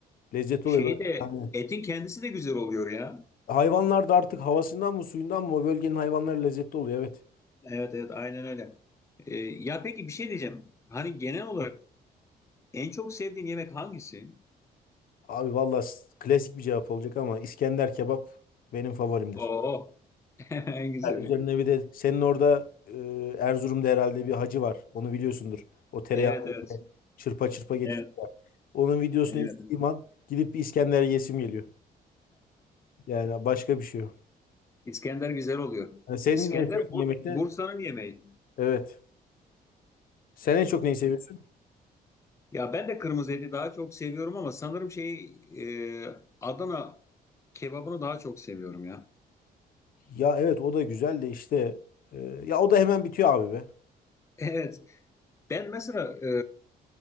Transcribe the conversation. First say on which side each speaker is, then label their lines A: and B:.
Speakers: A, on the left (about 65°); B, on the left (about 20°).
A: lezzetli
B: Şey
A: oluyor böyle.
B: de
A: Yani
B: etin kendisi de güzel oluyor ya.
A: hayvanlar da artık havasından mı suyundan mı o bölgenin hayvanları lezzetli oluyor. Evet.
B: Evet evet aynen öyle. Ee, ya peki bir şey diyeceğim. Hani genel olarak en çok sevdiğin yemek hangisi?
A: Abi valla s- klasik bir cevap olacak ama İskender kebap benim favorimdir.
B: Oo. <laughs> En güzeli.
A: Yani üzerine bir de senin orada e, Erzurum'da herhalde bir hacı var. Onu biliyorsundur. O tereyağı
B: Evet
A: böyle
B: evet.
A: çırpa çırpa getiriyor.
B: Evet
A: ya. Onun videosunu
B: evet.
A: izlediğim an gidip bir İskender yesim geliyor. Yani başka bir şey yok.
B: İskender güzel oluyor.
A: Yani senin
B: İskender
A: en sevdiğin
B: Bu-
A: yemek ne?
B: Bursa'nın yemeği.
A: Evet. Sen en çok neyi seviyorsun?
B: Ya ben de kırmızı eti daha çok seviyorum ama sanırım şey e, Adana Kebabını daha çok seviyorum ya. <laughs>
A: Ya evet o da güzel de işte e, ya o da hemen bitiyor abi be.
B: Evet. Ben mesela e,